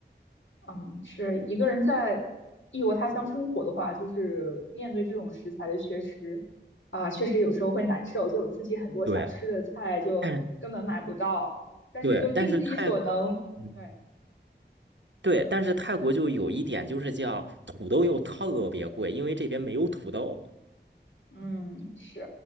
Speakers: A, on the left (about 85°); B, on the right (about 75°).
A: 嗯，是一个人在异国他乡生活的话，就是面对这种食材的缺失啊，确实有时候会难受。就我自己很多想吃的菜就根本买不到，
B: 对，但是
A: 但是就尽自己所能，
B: 对，但是泰，嗯
A: 对，
B: 对，但是泰国就有一点就是叫土豆又特别贵，因为这边没有土豆。
A: 嗯，是